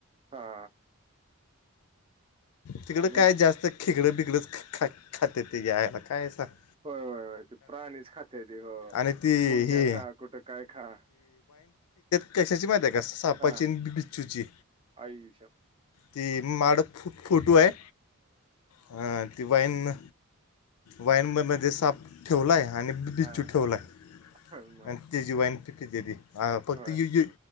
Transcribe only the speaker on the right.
हा
आणि
हो हो ते प्राणीच खातात ते हो
मुंग्या
खा कुठे काय खा
हा
आई श
हा
हा, माहित
आहे.
होय